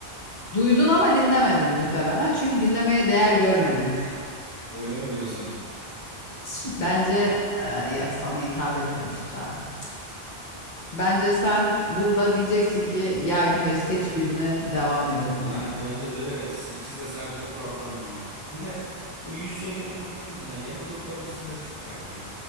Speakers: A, on the left; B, on the left.
A: Duydun ama dinlemedin muhtemelen. Çünkü dinlemeye değer görmedin.
B: Öyle mi diyorsun? Hı
A: Bence
B: hı.
A: eee yok sana hitap etmemiştir abi. Bence sen burada diyeceksin ki ya Güneş seç birine devam edelim
B: Yani
A: abi.
B: bence de öyle evet. İkisi de sadece kulaktan duyma. Bir de bu yüz yüzeyken konuşuruz ne? Yeni grupların isimleri çok garip ya.